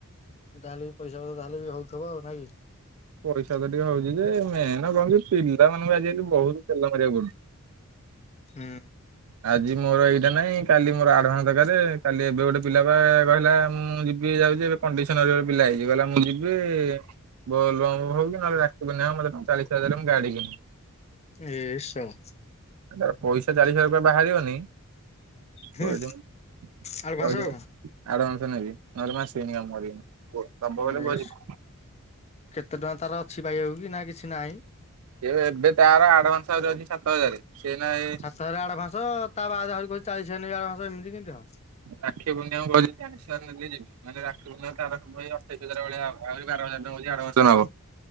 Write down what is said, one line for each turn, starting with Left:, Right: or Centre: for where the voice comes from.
Left: ତାହେଲେ ବି ପଇସା ପତ୍ର ତାହେଲେ ବି ହଉଥିବ ଆଉ ନାଇ କି?
Right: ପଇସା ତ ଟିକେ ହଉଛି ଯେ ମେନ କହଣ ପିଲା ମାନ ବି ଆଜିକାଲି ବହୁତ ତେଲ ମାରକୁ ପଡୁଛି।
Left: ହୁଁ।
Right: ଆଜି ମୋର ଏଇଟା ନାଇଁ କାଲି ମୋର ଆଡଭାନ୍ସ ଦରକାରେ କାଲି ଏବେ ଗୋଟେ ପିଲାପା କହିଲା ମୁଁ ଯିବି କଣ୍ଡିସନରେ ପିଲା ହେଇଯିବ କହିଲା ମୁଁ ଯିବି ବୋଲବମ ହଉ କି ନହଲେ ଡାକିବନି ଆଉ ମତେ ଚାଳିଶ ହଜାରେ ମୁ ଗାଡ଼ି କିନିବି।
Left: ଏ ସଳା।
Right: ତାର ପଇସା ଚାଲିସି ହଜାରେ ବାହାରିବନି।
Left: ହୁଁ
Right: କହିଦେବୁ
Left: ଆଡଭାନ୍ସ
Right: କହିଦେବୁ
Left: ଆଉ
Right: ଆଡଭାନ୍ସ ନେବି। ନହଲେ ମୁ ଆସିବିନି କାମ କରିବିନି। କୁହ
Left: ଏ
Right: ଦବ ବୋଲେ କୁହ ଯିବି
Left: ସଳା କେତେ ଟଙ୍କା ତାର ଅଛି ପାଇବାକୁ କି ନା କିଛି ନାହିଁ।
Right: ଏବେ ତାର ଆଡଭାନ୍ସ ଆହୁରି ଅଛି ସାତ ହଜାର ସେି ନାଇଁ।
Left: ସାତ ହଜାର ଆଡ଼ଭାନ୍ସ ତା ବାଦ କଛି ଚାଳିଶ ହଜାର ନେବି ଆଡ଼ଭାନ୍ସ ଏମିତି କେମିତି ହବ।
Right: ରାକ୍ଷୀ ପୂଣ୍ଣ ମୁଁ କଛି ଚାଳିଶ ହଜାର ନଦକ ଯିବି ମାନେ ରାକ୍ଷୀ ପୂଣ୍ଣି ତାର ଅଠେଇଶ ହଜାର ଭଳିଆ ହବ ଏବେ କହୁଚି ଆର ବର୍ଷ ନବ